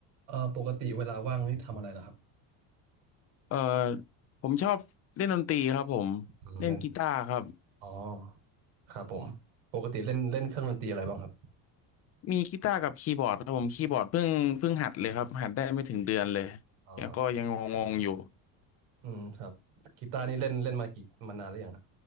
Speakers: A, on the right; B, on the left.
A: เอ่อปกติเวลาว่างนี่ทำอะไรล่ะครับ
B: เอ่อผมชอบเล่นดนตรีครับผม
A: อืมเล่น
B: เล่นกีตาร์ครับ
A: อ๋อครับผมปกติเล่นเล่นเครื่องดนตรีอะไรบ้างครับ
B: มีกีตาร์กับคีย์บอร์ดครับผมคีย์บอร์ดเพิ่งเพิ่งหัดเลยครับหัดได้ไม่ถึงเดือนเลย
A: อ่า
B: แล้วก็ยังงงๆอยู่
A: อืมครับกีตาร์นี่เล่นเล่นมากี่มานานแล้วยังครับ